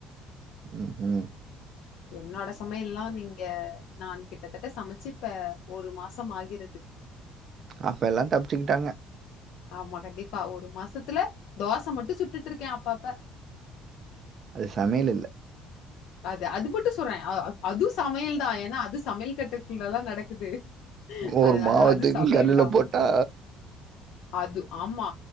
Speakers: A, on the right; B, on the left.
A: உஹூம்
B: என்னோட சமையல்லா வந்து இங்க நா கிட்டத்தட்ட சமச்சி இப்ப ஒரு மாசம் ஆகிறது
A: அப்ப எல்லா தப்பிச்சிக்கிட்டாங்க
B: ஆமா கண்டிப்பா ஒரு மாசத்துல தோச மட்டு சுட்டுட்டிருக்கே அப்பப்ப
A: அது சமையல் இல்ல
B: அது அதுப்பு சொல்னே அது அது சமையல் தா ஏன்னா அது சமையல் கட்டுக்குள்ள தா நடக்குது
A: ஒரு
B: அதனால
A: மாவ
B: அது
A: தூக்கி
B: சமையல்
A: கல்லுல
B: தா
A: போட்டா
B: அது ஆமா